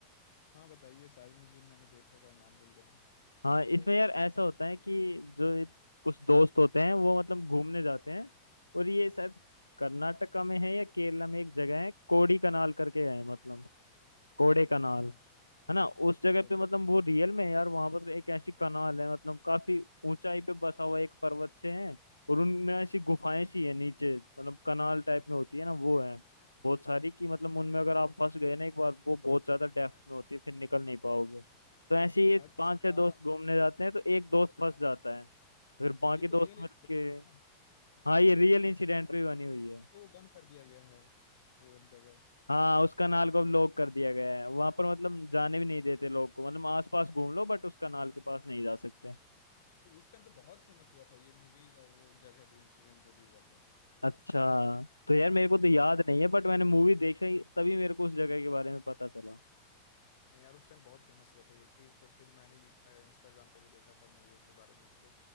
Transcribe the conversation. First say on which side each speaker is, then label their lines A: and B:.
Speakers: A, on the left; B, on the left.
A: हाँ बताइए शायद मुझे मैंने देख रखा और नाम भूल गया हूँ
B: हाँ इसमें
A: बताइए
B: यार ऐसा होता है कि जो ये कुछ दोस्त होते हैं वो मतलब घूमने जाते हैं और ये शायद कर्नाटका में है या केरला में एक जगह है कोड़ी कनाल करके है मतलब कोड़े कनाल।
A: हाँ हाँ
B: है ना उस जगह
A: वो-
B: पे मतलब वो रियल में है यार वहां पर एक ऐसी कनाल है मतलब काफी ऊंचाई पे बसा हुआ एक पर्वत से है और उनमें ऐसी गुफाएं सी है नीचे मतलब कनाल टाइप में होती है ना वो है बहुत सारी की मतलब उनमें अगर आप फंस गए ना एक बार वो बहुत ज्यादा डेप्थ में होती है फिर निकल नहीं पाओगे तो ऐसे ही
A: अच्छा
B: पांच छह दोस्त घूमने जाते हैं तो एक दोस्त फंस
A: हाँ,
B: जाता है फिर बाकी
A: ये
B: दोस्त
A: तो रियल इन्फ्लेशन
B: मिलके
A: है ना
B: हाँ ये रियल इंसिडेंट पे बनी हुई है
A: अब तो वो बंद कर दिया गया है वो जगह
B: हाँ उस कनाल को अब लॉक कर दिया गया है वहां पर मतलब जाने भी नहीं देते लोग को मतलब आसपास घूम लो बट उस कनाल के पास नहीं जा सकते
A: तो उस टाइम तो बहुत फेमस हुआ था ये मूवीज और वो जगह पे इंसिडेंट जो भी हुआ था तो
B: अच्छा तो यार मेरे को तो याद
A: वो तो-
B: नहीं है बट मैंने मूवी देखी तभी मेरे को उस जगह के बारे में पता चला
A: यार उस टाइम बहुत फेमस हुआ था ये चीज तो फिर मैंने इंस्टाग्राम पे भी देखा था मूवी के बारे में उसके